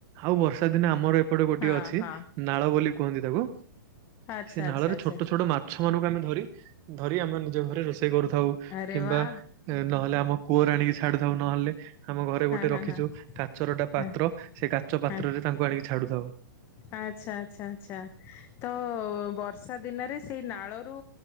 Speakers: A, on the right; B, on the left.
A: ଆଉ ବର୍ଷା ଦିନେ ଆମର ଏପଟେ ଗୋଟଏ
B: ହଁ
A: ଅଛି,
B: ହଁ
A: ନାଳ ବୋଲି କୁହନ୍ତି ତାକୁ
B: ଆଚ୍ଛା
A: ସେ ନାଳରେ
B: ଆଚ୍ଛା ଆଚ୍ଛା।
A: ଛୋଟ ଛୋଟ ମାଛ ମାନଙ୍କୁ ଆମେ ଧରି ଧରି ଆମେ ନିଜ ଘରେ ରୋଷେଇ କରୁଥାଉ।
B: ଆରେ
A: କିମ୍ବା
B: ୱା।
A: ନହେଲେ ଆମ କୂଅର ଆଣିକି ଛାଡୁଥାଉ ନହେଲେ ଆମ ଘରେ ଗୋଟେ
B: ହଁ
A: ରଖିଛୁ
B: ହଁ
A: କାଚରଟା ପାତ୍ର,
B: ହଁ
A: ସେ କାଚ ପାତ୍ରରେ
B: ହଁ
A: ତାଙ୍କୁ ଆଣିକି ଛାଡୁଥାଉ।
B: ଆଚ୍ଛା ଆଚ୍ଛା ଆଚ୍ଛା, ତ ବ ର୍ଷା ଦିନରେ ସେଇ ନାଳରୁ